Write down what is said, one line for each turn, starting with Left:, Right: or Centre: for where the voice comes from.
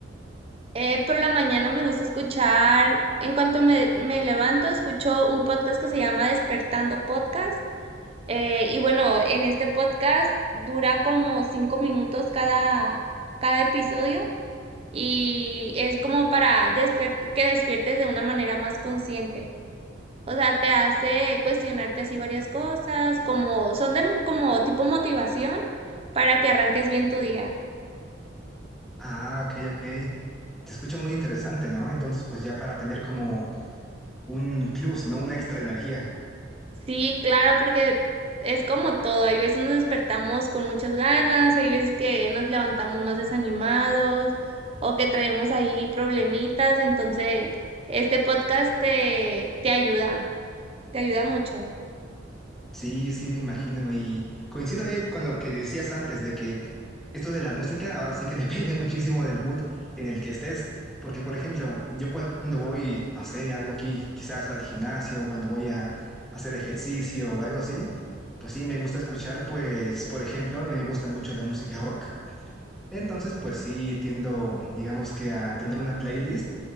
Right: Eh, por la mañana me gusta escuchar, en cuanto me, me levanto, escucho un podcast que se llama Despertando Podcast. Eh, y bueno, en este podcast dura como cinco minutos cada, cada episodio y es como para desper- que despiertes de una manera más consciente. O sea, te hace cuestionarte así varias cosas, como son de mo- como tipo motivación para que arranques bien tu día.
Centre: Ah, ok, ok. Se escucha muy interesante, ¿no? Entonces, pues ya para tener como un plus, ¿no? Una extra energía.
Right: Sí, claro, porque es como todo. Hay veces nos despertamos con muchas ganas, hay veces que nos levantamos más desanimados o que traemos ahí problemitas. Entonces, este podcast te, te ayuda, te ayuda mucho.
Centre: Sí, sí, me imagino. Y coincido eh, con lo que decías antes de que esto de la música ahora sí que <laughs> depende muchísimo del mood en el que estés. Porque, por ejemplo, yo cuando voy, no sé, algo aquí, quizás al gimnasio, cuando voy a hacer ejercicio o algo así, pues sí, me gusta escuchar, pues, por ejemplo, a mí me gusta mucho la música rock. Entonces, pues sí, tiendo, digamos que a tener una playlist